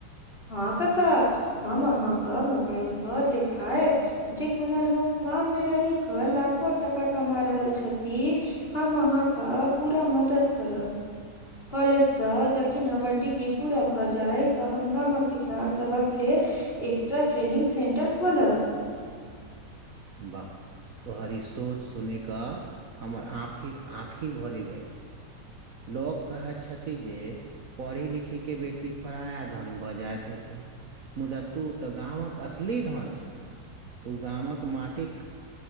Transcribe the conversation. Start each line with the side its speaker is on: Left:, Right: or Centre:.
Left: हँ कका हम अहांक क मोबाइल पर देखायब जे कोना लोक गाम मे रहिक क लाखो टका कमा रहल छथि हम अहाँके पूरा मदद करब कॉलेजसँ जखीन हमर डिग्री पूरा भऽ जाय तऽ हम गामक किसानसभक लेल एकटा ट्रेनिंग सेंटर खोलब
Right: वाह तोहर ई सोच सुनिकऽ हमर आँफी आँखि भरि गेल लोक कहै छथी जे पढ़ी लिखिके बेटी पराया धन भऽ जाइत अछि मुदा तू तऽ गावक असली धन छै तऽ ओ गामक माटिक